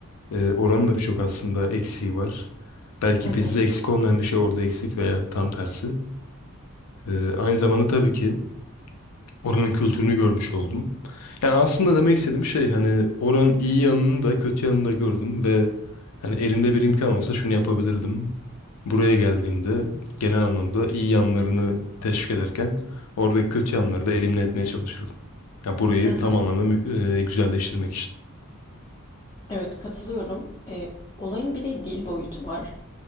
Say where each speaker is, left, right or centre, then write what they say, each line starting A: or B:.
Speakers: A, on the left; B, on the left.
A: e, oranın da birçok aslında eksiği var. Belki
B: Hı hı,
A: bizde eksik olmayan bir şey orada eksik veya tam tersi. E, aynı zamanda tabii ki Oranın kültürünü görmüş oldum. Yani aslında demek istediğim şey hani oranın iyi yanını da kötü yanını da gördüm ve hani elimde bir imkan olsa şunu yapabilirdim. Buraya geldiğimde genel anlamda iyi yanlarını teşvik ederken oradaki kötü yanları da elimine etmeye çalışırdım. Yani burayı
B: hı hı.
A: tam anlamda mü- e, güzelleştirmek için.
B: Evet katılıyorum. E, olayın bir de dil boyutu var.